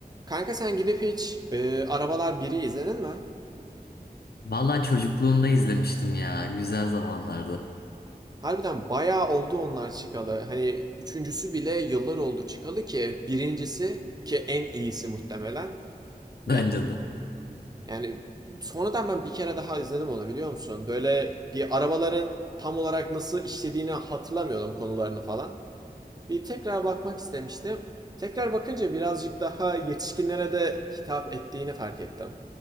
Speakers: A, on the right; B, on the left.
A: Kanka sen gidip hiç e, Arabalar biri izledin mi?
B: Vallahi çocukluğumda izlemiştim ya. Güzel zamanlardı.
A: Harbiden bayağı oldu onlar çıkalı. Hani üçüncüsü bile yıllar oldu çıkalı ki birincisi ki en iyisi muhtemelen. Ya
B: Bence de.
A: yani sonradan ben bir kere daha izledim onu biliyor musun? Böyle bir arabaların tam olarak nasıl işlediğini hatırlamıyordum konularını falan. Bir tekrar bakmak istemiştim. Tekrar bakınca birazcık daha yetişkinlere de hitap ettiğini fark ettim.